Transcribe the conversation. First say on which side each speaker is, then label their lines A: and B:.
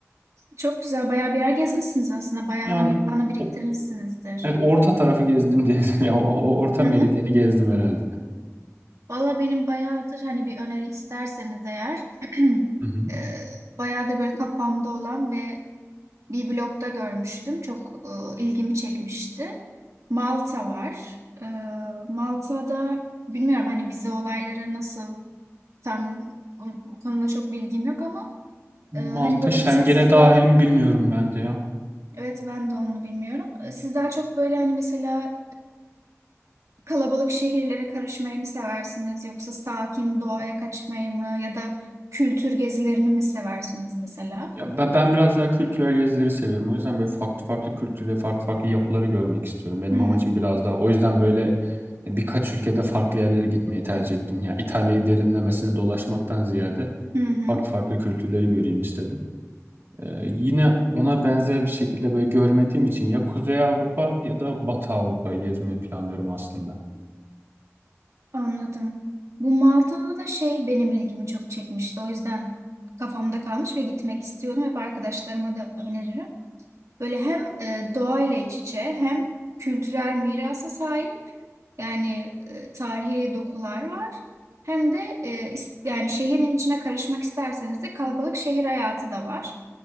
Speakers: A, on the right; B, on the right.
A: Çok güzel. Bayağı bir yer gezmişsiniz aslında. Bayağı
B: Yani
A: ana, ana biriktirmişsinizdir.
B: o- evet orta tarafı gezdim diye. <laughs> ya o, o orta
A: Hı
B: meridyeni
A: hı.
B: gezdim herhalde.
A: Valla benim bayağıdır hani bir öneri isterseniz eğer <clears throat>
B: Hı hı.
A: e, bayağıdır böyle kafamda olan ve bir blogda görmüştüm. Çok e, ilgimi çekmişti. Malta var. E, Malta'da bilmiyorum hani vize olayları nasıl tam o, o konuda çok bilgim yok ama e, hani
B: Malta
A: böyle
B: Schengen'e
A: mesela siz
B: dahil
A: daha
B: mi bilmiyorum ben de ya.
A: evet ben de onu bilmiyorum. E, Siz daha çok böyle hani mesela Kalabalık şehirlere karışmayı mı seversiniz yoksa sakin doğaya kaçmayı mı ya da kültür gezilerini mi seversiniz mesela?
B: Ya ben, ben biraz daha kültürel gezileri seviyorum. O yüzden böyle farklı farklı kültürleri, farklı farklı yapıları görmek istiyorum. Benim
A: Hmm.
B: amacım biraz daha. O yüzden böyle e, birkaç ülkede farklı yerlere gitmeyi tercih ettim. Ya İtalya'yı derinlemesine dolaşmaktan ziyade
A: Hı hı.
B: farklı farklı kültürleri göreyim istedim. Ee, yine ona benzer bir şekilde böyle görmediğim için ya Kuzey Avrupa ya da Batı Avrupa'yı gezmeyi planlıyorum aslında.
A: Anladım. Bu Malta'da da şey benim ilgimi çok çekmişti. O yüzden kafamda kalmış ve gitmek istiyordum. Hep arkadaşlarıma da öneririm. Böyle hem e, doğayla iç içe hem kültürel mirasa sahip Yani e, tarihi dokular var. Hem de e, is- yani şehrin içine karışmak isterseniz de kalabalık şehir hayatı da var.